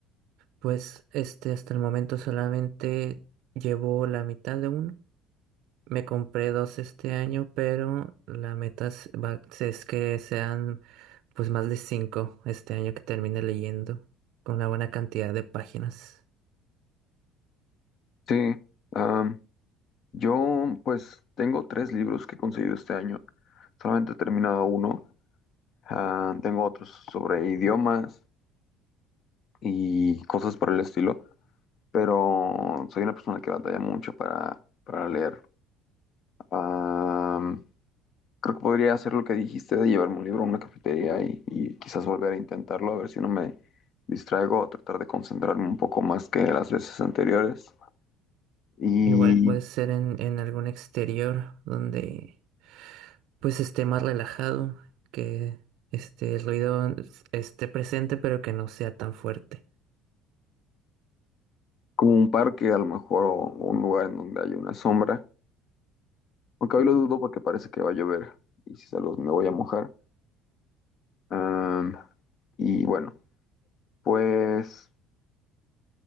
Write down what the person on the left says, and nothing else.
Sí, am, yo pues tengo tres libros que he conseguido este año. Solamente he terminado uno. Ah, tengo otros sobre idiomas y cosas por el estilo, pero soy una persona que batalla mucho para, para leer. Am, creo que podría hacer lo que dijiste de llevarme un libro a una cafetería y, y quizás volver a intentarlo, a ver si no me distraigo o tratar de concentrarme un poco más que las veces anteriores. Y
como un parque, a lo mejor, o un lugar en donde haya una sombra. Aunque hoy lo dudo porque parece que va a llover y si salgo me voy a mojar. Am, y bueno, pues.